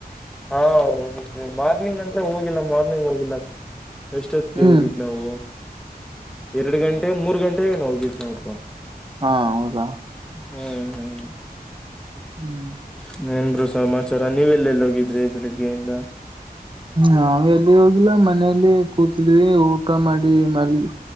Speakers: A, in the centre; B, on the right.
A: ಹಾ ಹೋಗಿದವಿ ಮಾರ್ನಿಂಗ್ ಅಂತ ಹೋಗಿಲ್ಲ ಮಾರ್ನಿಂಗ್ ಹೋಗಿಲ್ಲ ಎಷ್ಟೊತ್ತಿಗೆ
B: ಹ್ಮ್
A: ಹೋಗಿದ್ ನಾವು ಎರಡು ಗಂಟೆ ಮೂರು ಗಂಟೆೆಗೆ ಹೋಗಿದ ನೋಡ್
B: ಹಾ ಹೌದಾ
A: ಹ್ಮ್
B: ಹ್ಮ್
A: ಹ್ಮ್ಏನ್ ಬ್ರೋ ಸಮಾಚಾರ ನೀವು ಎಲ್ಲೆಲ್ಲಿೋಗಿದ್ರಿ ಬೆಳಿಗ್ಗೆಯಿಂದ
B: ನಾವ ಎಲ್ಲಿ ಹೋಗಿಲ್ಲ ಮನಲಿ ಕೂತಿದ್ವಿ ಊಟ ಊಟ ಮಾಡಿಮಲ್ಗ್